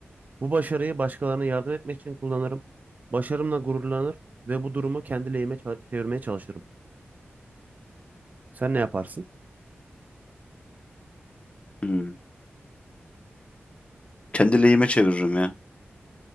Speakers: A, on the right; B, on the left.
A: Bu başarıyı başkalarına yardım etmek için kullanırım. Başarımla gururlanır ve bu durumu kendi lehime ça- çevirmeye çalışırım. Sen ne yaparsın?
B: Hmm. Kendi lehime çeviririm ya.